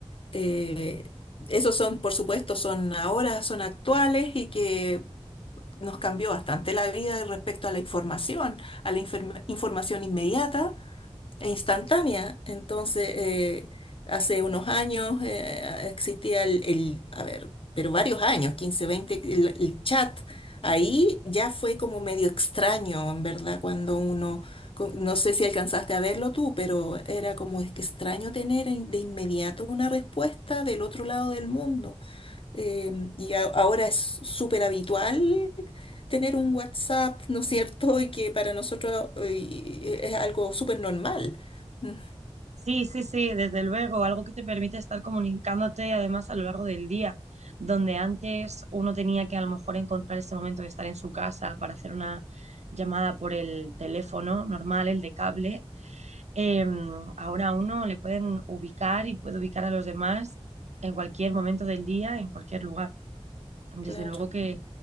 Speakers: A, on the left; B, on the right.
A: eh, esos son, por supuesto, son ahora, son actuales y que nos cambió bastante la vida respecto a la información, a la inferma- información inmediata instantánea. Entonces, eh, hace unos años eh, existía el, el- a ver, pero varios años, 15 20 el, el chat. Ahí ya fue como medio extraño, en verdad, cuando uno, co- no sé si alcanzaste a verlo tú, pero era como es que extraño tener in- de inmediato una respuesta del otro lado del mundo. Em, y a- ahora es súper habitual tener un WhatsApp, ¿no es cierto? Y que para nosotros eh, es algo súper normal. Mm,
B: Sí, sí, sí, desde luego, algo que te permite estar comunicándote además a lo largo del día, donde antes uno tenía que a lo mejor encontrar ese momento de estar en su casa para hacer una llamada por el teléfono normal, el de cable, eh, ahora a uno le pueden ubicar y puede ubicar a los demás en cualquier momento del día, en cualquier lugar. Desde
A: Claro.
B: luego que,